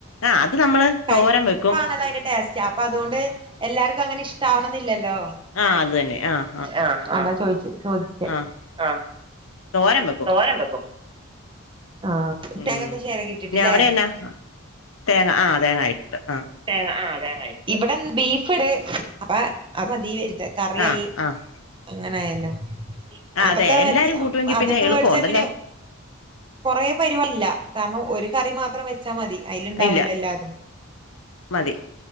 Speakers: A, on the left; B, on the right.
A: ആഹ് അത് നമ്മള്
B: കൈപ്പാണല്ലോ
A: തോരം വെക്കും.
B: അതിന്റെ ടേസ്റ്റ് അപ്പൊ അതോണ്ട് എല്ലാർക്കും അങ്ങനെ ഇഷ്ടാവണം എന്നില്ലല്ലോ
A: ആഹ് അത് തന്നെ ആഹ്
B: ആഹ് അഹ് ചോദിച്ച ചോദിച്ചേ
A: ആഹ്
B: ആഹ്
A: തോരൻ വെക്
B: തോരം വെക്കും ആഹ്
A: ഉം
B: തേങ്ങൊക്കെ ചിരകിട്ടിട്ടില്ലേ
A: പിന്ന അവടെന്നെ തേങ്ങ ആഹ് തേങ്ങ ആയിട്ടിട്ട് ആഹ്
B: തേങ്ങ ആഹ് ഇവിടെ ബീഫട് അപ്പൊ അത് മതി വരുത കറിയായി
A: ആഹ് ആഹ്
B: അങ്ങനൊയല്ലോ
A: ആഹ്
B: അതൊക്കെ
A: അതെ എല്ലാരും
B: വെ
A: കൂട്ടുവെങ്കിൽ
B: അതൊക്കെ
A: പിന്നെ എളുപ്പമുണ്ടല്ലേ
B: മേടിച്ച പിന്നെ കൊറെ പരുവല്ല കാരണം ഒരു കറി മാത്രം വെച്ചാ മതി അതിലുണ്ടാവല്ലോ
A: ഇല്ല
B: എല്ലാതും
A: മതി